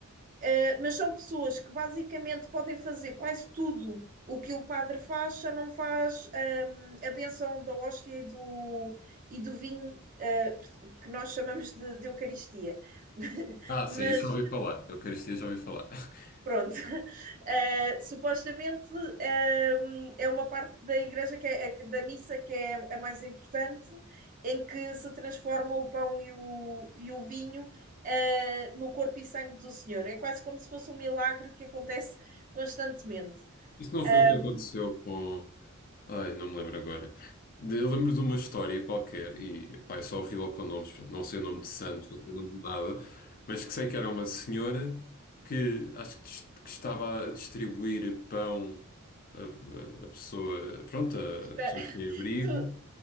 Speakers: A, on the right; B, on the left.
A: Uh, mas são pessoas que basicamente podem fazer quase tudo o que o padre faz, só não faz um, a bênção da hóstia e do, e do vinho, uh, que nós chamamos de, de Eucaristia. <laughs>
B: Ah, sim,
A: mas
B: isso já ouvi falar, eu queria já ouvi falar. <laughs>
A: Pronto. <laughs> Eh, supostamente, eh, é uma parte da igreja que é, é- da missa que é a mais importante, em que se transforma o pão e o, e o vinho, eh, no corpo e sangue do Senhor. É quase como se fosse um milagre que acontece constantemente.
B: Isso não
A: Ehm,
B: foi o que aconteceu com. Ai, não me lembro agora. De- Eu lembro de uma história qualquer, e pá, eu sou horrível com nomes, portanto, não sei o nome de santos, não sei o nome de nada, mas que sei que era uma senhora que acho que, dis- que estava a distribuir pão a, a- a pessoa, pronto, a
A: Espera,
B: pessoa
A: <laughs>
B: que tinha abrigo.
A: tu-